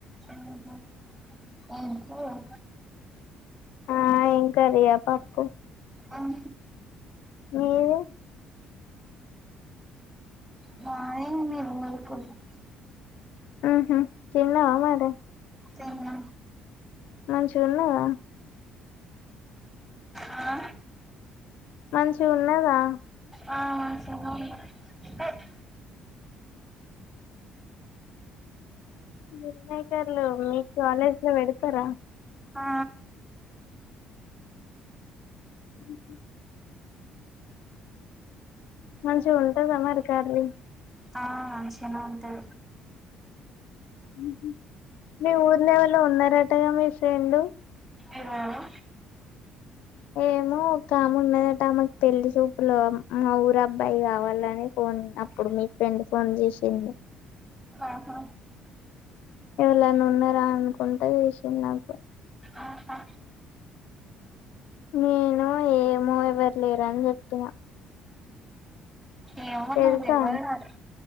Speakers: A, on the right; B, on the left.
A: ఉహ్ ఉమ్ ఏం కూర్
B: ఆ ఉంటది అట్ అట్
A: ఆహ
B: మీది
A: మ <unintelligible> <unintelligible>
B: హ్మ్ హు తిన్నావా మరి
A: తిన్న
B: మంచిగున్నావా
A: ఆ
B: మంచి ఉన్నదా
A: ఆ సోమ నిన్న కు
B: మిల్‌మేకర్లు మీ కాలేజ్ లో పెడతారా?
A: ఆ
B: ఉహ్ ఉమ్ మంచిగా ఉంటదా మరి కరి?
A: ఆ మంచినే ఉంటది
B: ఉహ్ ఉమ్ మీ ఊర్లో ఆవాల్లో ఉన్నారటగా మీ ఫ్రెండు
A: ఎవరు
B: ఏమో ఒక ఆమె ఉన్నదట ఆమెకు పెళ్లి చూపులో మా ఊరు అబ్బాయి కావాలని ఫోన్ అప్పుడు మీ ఫ్రెండ్ ఫోన్ చేసింది
A: ఆహా
B: ఎవర్లన ఉన్నారా అనుకుంటే ఈ విషయం నాకు
A: ఆహా
B: నేను ఏమో ఎవరు లేరు అని చెప్పిన
A: ఏం ఉన్నాది
B: తెలుసా
A: ఎవరా నాకు